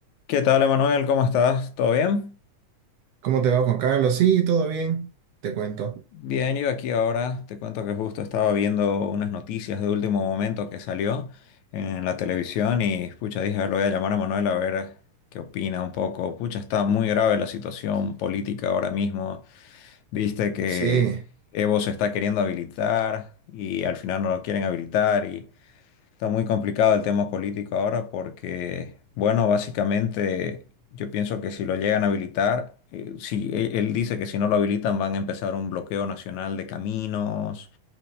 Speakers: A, on the left (about 75°); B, on the right (about 65°).
A: ¿Qué tal, Emanuel? ¿Cómo estás? ¿Todo bien?
B: ¿Cómo te va, Juan Carlos? Sí, todo bien. Te cuento.
A: Bien, yo aquí ahora te cuento que justo estaba viendo unas noticias de último momento que salió en la televisión y pucha, dije, a ver, lo voy a llamar a Manuel a ver qué opina un poco. Pucha, está muy grave la situación política ahora mismo. Viste que
B: Sí,
A: Evo se está queriendo habilitar y al final no lo quieren habilitar y Está muy complicado el tema político ahora porque, bueno, básicamente yo pienso que si lo llegan a habilitar, eh, si e- él dice que si no lo habilitan van a empezar un bloqueo nacional de caminos